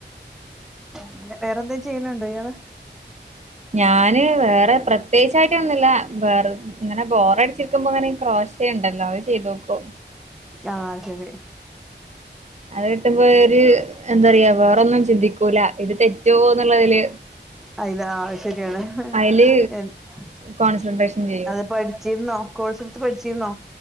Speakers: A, in the centre; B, on the right (about 40°).
A: പിന്നെ വേറെ എന്തേും ചെയ്യണണ്ടോ ഇയാള്
B: ഞാന് വേറെ പ്രത്യേകിച്ചായിട്ട് വന്നില്ല വേറെ ഇങ്ങനെ ബോറടിച്ചിരിക്കുമ്പോ അങ്ങനെ ക്രോശ ഉണ്ടല്ലോ അത് ചെയ്തോക്കോ
A: ആഹ് ശരി
B: അത് കിട്ടുമ്പോ ഒരു എന്താ പറയാ വേറൊന്നും ചിന്തിക്കൂല ഇത് തെറ്റ് റ്റോ എന്നുള്ളതില്
A: അയില്ല ശരിയാണ്
B: അതില്
A: <unintelligible>
B: കോൺസെൻട്രേഷൻ ചെയ്യും
A: അതിപ്പോ അടിച്ചിരുന്നോ കോഴ്സ് എടുത്ത് പഠിച്ചിരുന്നോ